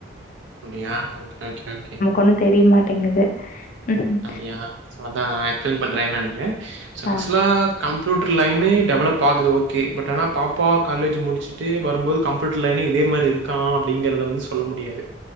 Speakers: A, on the right; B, on the left.
A: அப்டியா ஓகே ஓகே ஓகே
B: ஒன்னு தெரிய மாட்டேங்குது ம்ஹ்ம்.
A: அப்டியா சோ அதா எக்ஸ்பிளைன் பண்ற என்னானு சோ ஆக்சுவலா
B: ஆ
A: கம்ப்யூட்டர் லைனு டெவலப் ஆகுது ஓகே பட் ஆனா பாப்பா காலேஜ் முடிச்சுட்டு வரும்போது கம்ப் யூட்டர் லைனு இதே மாரி இருக்கா அப்டிங்கறத வந்து சொல்ல முடியாது